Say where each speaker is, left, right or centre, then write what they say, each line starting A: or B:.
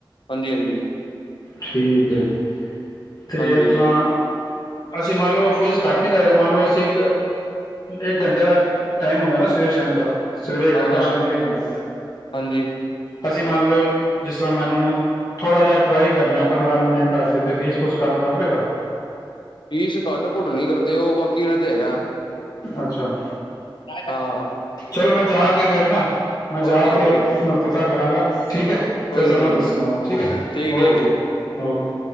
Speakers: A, on the left; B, on the left.
A: ਹਾਂਜੀ ਹਾਂਜੀ
B: ਠੀਕ ਹੈ ਅਤੇ
A: ਹਾਂਜੀ
B: ਆਪਣਾ ਅਸੀਂ ਮੰਨ ਲਓ ਫੀਸ ਘੱਟ ਨਹੀਂ ਕਰੇਗਾ ਮੰਨ ਲਓ ਅਸੀਂ ਇੱਕ ਘੰਟੇ ਦਾ ਟਮ ਹੁੰਦਾ ਨਾ ਸਵੇਰ ਸ਼ਾਮ ਦਾ <unintelligible> ਸਵੇਰੇ ਇੱਕ
A: ਹਾਂ
B: ਘੰਟਾ
A: ਹਾਂ
B: ਸ਼ਾਮੀ ਇੱਕ ਘੰਟਾ
A: ਹਾਂਜੀ
B: ਅਸੀਂ ਮੰਨ ਲੌ ਜਿਸ ਤਰ੍ਹਾਂ ਮੈਨੂੰ ਥੋੜਾ ਜਿਹਾ ਟਰਾਈ ਕਰਨਾ ਪੰਦਰਾਂ ਮਿੰਟ ਵਾਸਤੇ ਤੇ ਫੀਸ ਫੂਸ ਕੰਮ ਕਰ ਲਵੇਗਾ
A: ਫੀਸ ਘੱਟ ਘੁੱਟ ਨੀ ਕਰਦੇ ਉਹ ਬਾਕੀ ਉਹ ਤੇ ਹੈਗਾ
B: ਅੱਛਾ
A: ਹਾਂ
B: ਚਲੋ ਮੈਂ ਜਾ ਕੇ ਫਿਰ ਨਾ ਮੈਂ ਜਾ
A: ਓਕੇ ਓਕੇ
B: ਕੇ ਪਤਾ ਕਰਾਂਗਾ ਠੀਕ ਹੈ
A: ਕੋਈ
B: ਫੇਰ ਤੁਹਾਨੂੰ
A: ਨੀ ਕੋਈ
B: ਮੈਂ ਦੱਸਣਾ
A: ਨੀ
B: ਵਾ ਠੀਕ ਹੈ
A: ਠੀਕ ਠੀਕ
B: ਓਕੇ
A: ਹੈ
B: ਓਕੇ